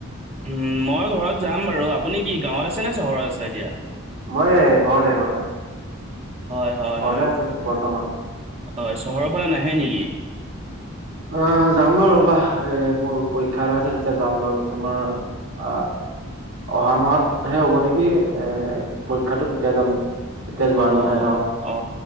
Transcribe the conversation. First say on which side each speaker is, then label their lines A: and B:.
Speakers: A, on the right; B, on the right.
A: উম মই ঘৰত যাম বাৰু আপুনি কি গাঁৱত আছে নে চহৰত আছে এতিয়া?
B: মই এ ঘৰতে ঘৰতে।
A: হয় হয়
B: ঘৰতে
A: হয়
B: আছো বৰ্তমান।
A: হয় চহৰৰ ফালে নাহে নেকি?
B: অহ যাম বাৰু ৰবা এ মোৰ পৰীক্ষা এটা আছে তেতিয়া যাম বাৰু তোমাৰ আ অহা মাহত হে হ'ব নেকি এ পৰীক্ষাটো তেতিয়া যাম। এতিয়া যোৱা
A: অ
B: নাযাওঁ
A: অ